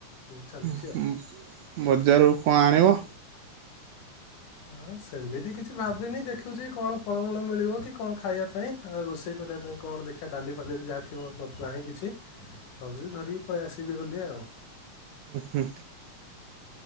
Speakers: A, on the left; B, on the right.
A: ଏମିତି ଚାଲିଛି
B: ଉଁ ହୁଁ
A: ଆଉ
B: ବଜାରରୁ କଣ ଆଣିବ?
A: ହଁ ସେମିତି କିଛି ଭାବିନି ଦେଖୁଛି କଣ ଫଳମୂଳ ମିଳିବ କି କଣ ଖାଇବା ପାଇଁ ଆଉ ରୋଷେଇ କରିବା ପାଇଁ କଣ ଦେଖିବା ଡାଲି ଫାଲି ଯାହା ଥିବ ନାହିଁ କିଛି ଭାବୁଛି ଧରିକି ପଳେଇ ଆସିବି ବୋଲି ଆଉ।
B: ଉଁ ହୁଁ।